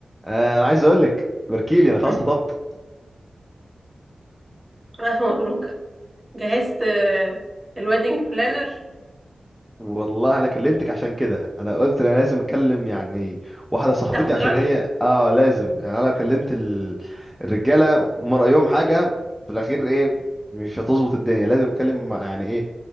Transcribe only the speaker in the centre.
آه، انا عايز اقول لك بركيلي انا خلاص
خطبت
والله انا كلمتك عشان كده انا قلت انا لازم اتكلم يعني واحده صاحبتي
عشان
هي اه لازم يعني انا لو كلمت ال... الرجاله هم رايهم حاجه في الاخير ايه مش هتظبط الدنيا لازم اكلم مع- يعني ايه